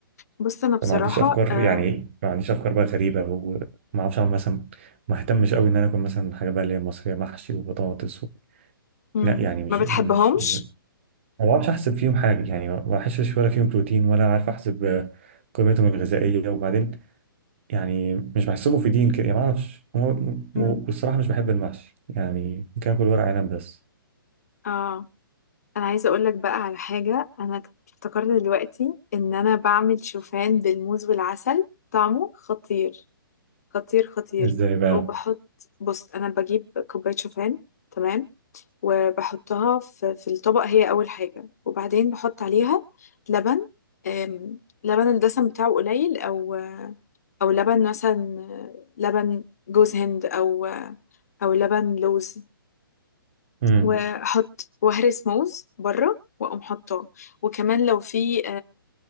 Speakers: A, on the left (about 45°); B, on the right (about 30°).
A: بص انا بصراحة
B: فما عنديش أفكار
A: آم،
B: يعني ما عنديش أفكار بقى غريبة وما أعرفش أعمل مثلا ما اهتمش قوي إن أنا أكل مثلا حاجة بقى اللي هي مصرية محشي وبطاطس و...
A: مم.
B: لا يعني مش
A: ما بتحبهمش
B: مش مش ما بعرفش احسب فيهم حاجه يعني ما بحسش ولا فيهم بروتين ولا عارف احسب آه، قيمتهم الغذائيه وبعدين يعني مش بحسبه في دين كده يعني ما اعرفش والصراحه
A: مم.
B: مش بحب المحشي يعني ممكن اكل ورق عنب بس
A: اه انا عايزة اقول لك بقى على حاجة انا افتكرت دلوقتي ان انا بعمل شوفان بالموز والعسل طعمه خطير خطير خطير
B: ازاي بقى
A: وبحط بص انا بجيب كوباية شوفان تمام وبحطها في, في الطبق هي اول حاجة وبعدين بحط عليها لبن آم، لبن الدسم بتاعه قليل او او لبن مثلا لبن جوز هند او او لبن لوز
B: امم
A: واحط وهرس موز بره واقوم حاطاه وكمان لو في